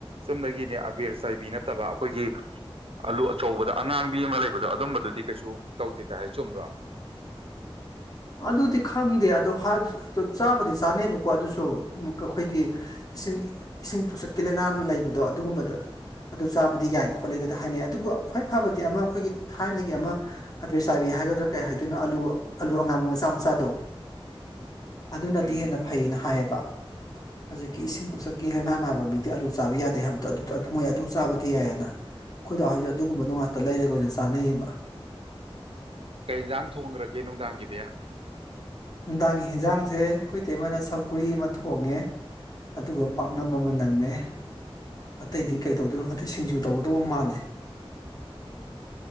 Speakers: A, on the right; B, on the left.
A: ꯆꯨꯝꯅꯒꯤꯅꯦ ꯑꯕꯦꯔ ꯆꯥꯏꯕꯤ ꯅꯠꯇꯕ ꯑꯩꯈꯣꯏꯒꯤ ꯑꯂꯨ ꯑꯆꯧꯕꯗ ꯑꯉꯥꯡꯕꯤ ꯑꯃ ꯂꯩꯕꯗꯣ ꯑꯗꯨꯝꯕꯗꯨꯗꯤ ꯀꯩꯁꯨ ꯇꯧꯗꯦ ꯀꯥꯏ ꯍꯥꯏ ꯆꯨꯝꯕ꯭ꯔꯣ
B: ꯑꯗꯨꯗꯤ ꯈꯪꯗꯦ ꯑꯗꯣ ꯆꯥꯕꯗꯤ ꯆꯥꯅꯩꯕꯀꯣ ꯑꯗꯨꯁꯨ ꯑꯩꯈꯣꯏꯒꯤ ꯏꯁꯤꯡ ꯏꯁꯤꯡ ꯄꯨꯆꯠꯀꯤ ꯂꯥꯏꯅꯥ ꯂꯩꯕꯗꯣ ꯑꯗꯨꯒꯨꯝꯕꯗ ꯑꯗꯨ ꯆꯥꯕꯗꯤ ꯌꯥꯏ ꯈꯣꯠꯂꯦꯒꯗ ꯍꯥꯏꯅꯩ ꯑꯗꯨꯕꯨ ꯈ꯭ꯋꯥꯏ ꯐꯕꯗꯤ ꯑꯃ ꯑꯩꯈꯣꯏꯒꯤ ꯊꯥꯏꯅꯒꯤ ꯑꯃ ꯍꯥꯕꯤꯔ ꯆꯥꯕꯤ ꯍꯥꯏꯒꯗ꯭ꯔꯥ ꯀꯩ ꯍꯥꯏꯗꯣꯏꯅꯣ ꯑꯥꯂꯨ ꯑꯉꯥꯡ ꯃꯆꯥ ꯃꯆꯥꯗꯣ ꯑꯗꯨꯅꯗꯤ
A: ꯎꯝ
B: ꯍꯦꯟꯅ ꯐꯩꯌꯦꯅ ꯍꯥꯏꯌꯦꯕ ꯍꯧꯖꯤꯛꯀꯤ ꯏꯁꯤꯡ ꯅꯨꯡꯁꯤꯠꯀꯤ ꯂꯥꯏꯅꯥ ꯅꯥꯕ ꯃꯤꯗꯤ ꯑꯂꯨ ꯆꯥꯕ ꯌꯥꯗꯦ ꯍꯥꯏꯕꯗꯣ ꯃꯣꯏ ꯑꯗꯨ ꯆꯥꯕꯗꯤ ꯌꯥꯏꯌꯦꯕ ꯑꯩꯈꯣꯏꯗꯣ ꯍꯧꯖꯤꯛ ꯑꯗꯨꯒꯨꯝꯕꯗꯣ ꯉꯥꯛꯇ ꯂꯩꯔꯒ ꯑꯣꯏꯅ ꯆꯥꯟꯅꯩꯌꯦꯕ
A: ꯀꯩ ꯌꯦꯟꯖꯥꯡ ꯊꯣꯡꯈ꯭ꯔꯒꯦ ꯅꯨꯡꯗꯥꯡꯒꯤꯗꯤ
B: ꯅꯨꯡꯗꯥꯡꯒꯤ ꯍꯟꯖꯥꯡꯁꯦ ꯑꯩꯈꯣꯏ ꯇꯩꯃꯅ ꯁꯧꯒꯔꯤ ꯑꯃ ꯊꯣꯡꯉꯦ ꯑꯗꯨꯒ ꯄꯥꯛꯅꯝ ꯑꯃ ꯅꯝꯃꯦ ꯑꯇꯩꯗꯤ ꯀꯩ ꯇꯧꯗꯣꯏꯅꯣ ꯈꯪꯗꯦ ꯁꯤꯡꯖꯨ ꯇꯧꯗꯧ ꯃꯥꯜꯂꯦ